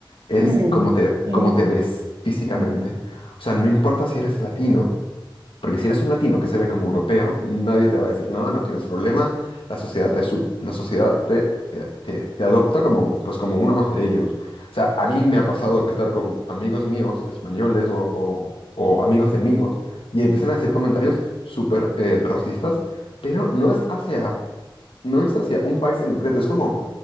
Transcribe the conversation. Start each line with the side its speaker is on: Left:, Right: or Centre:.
Left: Es
Right: Hmm.
Left: como te,
Right: <laughs> Eh,
Left: como te ves físicamente.
Right: eh,
Left: O sea, no importa si eres latino. Porque si eres un latino que se ve como europeo, nadie te va a decir nada, no tienes problema, la sociedad te, asu- la sociedad te, te, te- te adopta como, pues como uno más de ellos. O sea, a mí me ha pasado que estar con amigos míos, españoles o, o- o amigos de amigos, y empiezan a decir comentarios súper eh, racistas, pero no es hacia, no es hacia un país en concreto, es como,